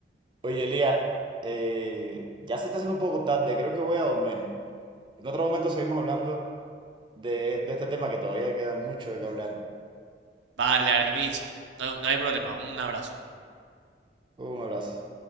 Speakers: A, on the right (about 25°); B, on the right (about 85°).
A: Oye, Elías, eh, ya se está haciendo un poco tarde, creo que voy a dormir. En otro momento seguimos hablando de, de este tema que todavía queda mucho de que hablar, ¿no?
B: Vale, Aramis, no, no hay problema, un abrazo.
A: Un abrazo.